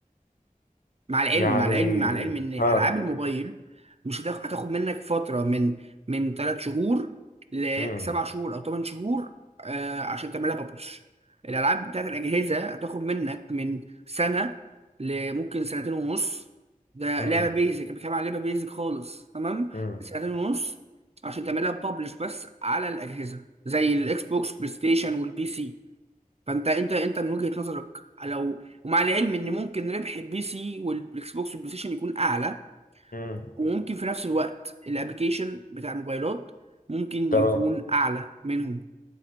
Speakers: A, on the right; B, on the left.
A: مع العلم
B: يعني
A: مع العلم مع العلم ان العاب
B: ها
A: الموبايل مش هتاخ- هتاخد منك فتره من من 3 شهور لسبع
B: مم.
A: شهور او 8 شهور آه عشان تعملها ببلش الالعاب بتاعت الاجهزه هتاخد منك من سنه لممكن سنتين ونص ده
B: مم.
A: لعبه بيزك بتكلم عن لعبه بيزك خالص تمام
B: مم.
A: سنتين ونص عشان تعملها ببلش بس على الاجهزه زي الاكس بوكس بلاي ستيشن والبي سي فانت انت انت من وجهة نظرك لو ومع العلم ان ممكن ربح البي سي والاكس بوكس والبلاي ستيشن يكون اعلى
B: مم.
A: وممكن في نفس الوقت الابليكيشن بتاع الموبايلات ممكن
B: تمام
A: يكون اعلى منهم